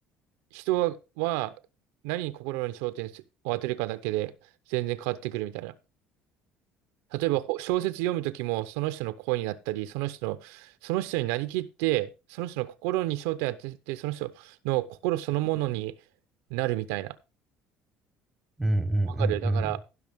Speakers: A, on the right (about 85°); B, in the centre.
A: 人は何に心に焦点を当てるかだけで全然変わってくるみたいな。例えばほ小説読むときもその人の声になったり、その人の、その人になりきって、その人の心に焦点を当てて、その人の心そのものになるみたいな。
B: うんうんうん
A: わかるだから、
B: うん